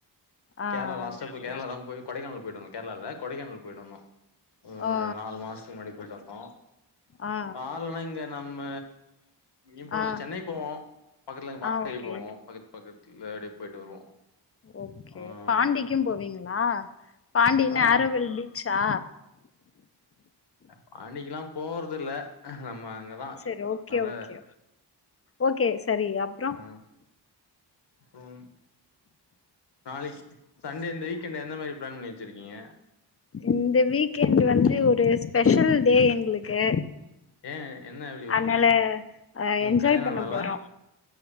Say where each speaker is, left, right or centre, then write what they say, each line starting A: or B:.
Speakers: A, on the left (about 35°); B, on the left (about 70°).
A: ஆ
B: கேர்ளா லாஸ்ட்டா போய்‌
A: செரி
B: கேர்ளா தா போய் கொடைக்கானல் போய்ட்டு வந்தோ கேர்ளால்ல கொடைக்கானல் போய்ட்டு வந்தோ
A: ஆ
B: ஒரு நாலு மாசத்துக்கு முன்னாடி போய்ட்டு வந்தோ
A: ஆ
B: கார்லல்லா இங்க நம்ம எங்கயும் போல
A: ஆ ஆ
B: சென்னை போவோ பக்கத்துல எங்க பாட்டி
A: ஆ
B: வீட்டுக்கு
A: ஓகே
B: போவோ பக்கத்து பக்கத்துல அப்டே போய்ட்டு வருவோ
A: ஓகே
B: ஆ
A: பாண்டிக்கும் போவீங்களா பாண்டினா
B: ஆ
A: ஆரோவில் பீச்சா
B: பாண்டிக்குல்லா போறது இல்ல நம்ம அங்கதா
A: செரி ஓகே
B: அத
A: ஓகே ஓகே சரி அப்
B: ம் ம் நாளைக் சண்டே இந்த வீக் எண்ட் எந்த மாரி ப்ளான் பண்ணி வச்சிருக்கீங்க
A: இந்த வீக்கெண்ட்டு வந்து ஒரு ஸ்பெஷல் டே எங்களுக்கு
B: ஏ என்ன எப்டி உங்களுக்கு
A: அன்னால அ
B: உங்க
A: என்ஜாய்
B: கல்யாண
A: பண்ண
B: நாளா
A: போறோ